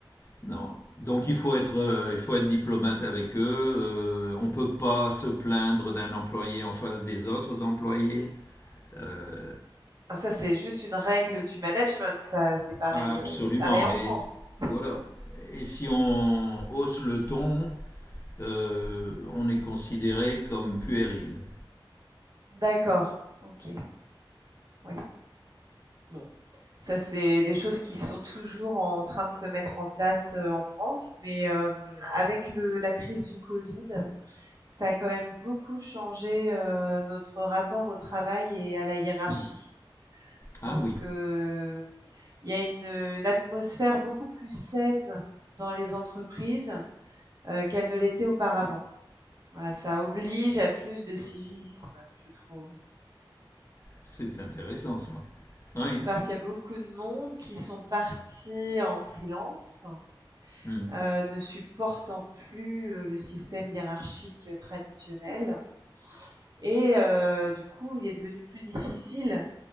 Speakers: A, on the left; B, on the right.
A: Non. Donc il faut être, euh, il faut être diplomate avec eux. Euh, on ne peut pas se plaindre d'un employé en face des autres employés. Euh,
B: Ah ça, c'est juste une règle du management, ça, c'est pareil,
A: absolument.
B: heu, c'est pareil en
A: Et
B: France.
A: voilà. Et si on hausse le ton, euh, on est considéré comme puéril.
B: D'accord, OK, ouais. Bon, ça, c'est des choses qui sont toujours en train de se mettre en place, heu, en France, mais, hem, avec le la crise du Covid, ça a quand même beaucoup changé, heu, notre rapport au travail et à la hiérarchie.
A: Ah
B: Donc,
A: oui,
B: heu, il y a une, une atmosphère beaucoup plus saine dans les entreprises, heu, qu'elle ne l'était auparavant. Voilà, ça oblige à plus de civisme, je trouve.
A: c'est intéressant ça. Oui.
B: Parce qu'il y a beaucoup de monde qui sont partis en freelance,
A: Hum,
B: euh, ne supportant plus euh, le système hiérarchique euh, traditionnel. Et euh, du coup, il est devenu plus difficile